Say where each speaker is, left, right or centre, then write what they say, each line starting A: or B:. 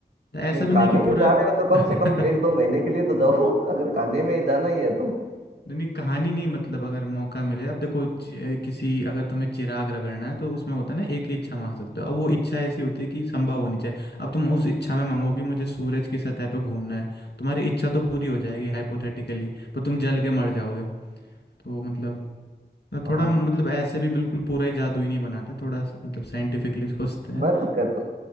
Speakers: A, on the left; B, on the right.
A: ऐसा
B: नहीं
A: भी
B: कहानी
A: नहीं है कि
B: में
A: पूरा
B: जा रहे हो तो कम
A: <laughs>
B: से कम एक दो महीने के लिए तो जाओ <laughs> अगर कहानी में ही जाना ही है तो
A: नहीं नहीं कहानी नहीं मतलब अगर मौका मिले अब देखो ज- किसी अगर तुम्हें चिराग रगड़ना है तो उसमें होता है ना एक ही इच्छा मांग सकते हो अब वो इच्छा ऐसी होती है कि संभव होनी चाहिए अब तुम उस इच्छा में मांगो कि मुझे सूरज की सतह पे घूमना है तुम्हारी इच्छा तो पूरी हो जाएगी हाइपोथेटिकली पर तुम जल के मर जाओगे तो मतलब
B: हाँ
A: थोड़ा मतलब ऐसे भी बिल्कुल पूरा ही जादुई नहीं बनाते थोड़ा स- मतलब साइंटिफिकली सोचते हैं
B: मैं तो कहता हूँ